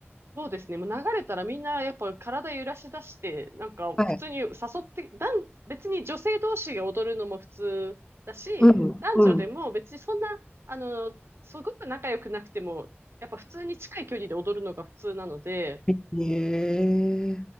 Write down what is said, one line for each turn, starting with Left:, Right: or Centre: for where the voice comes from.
Right: そうですね。もう流れたらみんなやっぱ体揺らし出して、なんか普通に誘って、
Left: はい。
Right: 男別に女性同士が踊るのも普通だし、
Left: うん、
Right: 男女でも別にそんな、
Left: うん。
Right: あの、すごく仲良くなくても、やっぱ普通に近い距離で踊るのが普通なので、
Left: ええ、